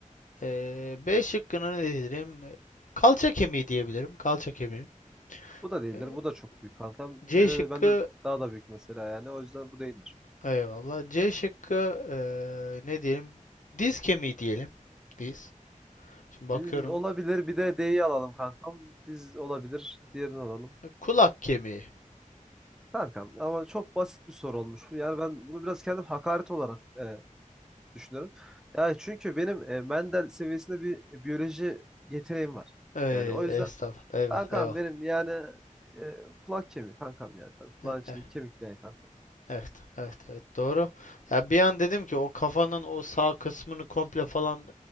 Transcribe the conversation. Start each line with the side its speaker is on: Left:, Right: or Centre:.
Left: E, B şıkkına ne diyelim? Kalça kemiği diyebilirim. Kalça kemiği.
Centre: Bu da değildir.
Left: Ee,
Centre: Bu da çok büyük kanka.
Left: C
Centre: Hele
Left: şıkkı
Centre: ben de daha da büyük mesela yani. O yüzden bu değildir.
Left: eyvallah. C şıkkı eee, ne diyelim? Diz kemiği diyelim. Diz. Şimdi bakıyorum.
Centre: Diz olabilir. Bir de D'yi alalım kankam. Diz olabilir. Diğerini alalım.
Left: Kulak kemiği.
Centre: Kankam ama çok basit bir soru olmuş bu. Yani ben bunu biraz kendim hakaret olarak e, düşünüyorum. Yani çünkü benim e, Mendel seviyesinde bir e, biyoloji yeteneğim var.
Left: Ey,
Centre: Yani o yüzden
Left: estağfurullah. Eyvallah.
Centre: Kankam
Left: Eyvallah.
Centre: benim yani e, kulak kemiği kankam yani. Tabii, kulağın
Left: E-
Centre: içindeki
Left: e-
Centre: kemik yani kankam.
Left: Evet, evet, evet, doğru. Ya bir an dedim ki o kafanın o sağ kısmını komple falan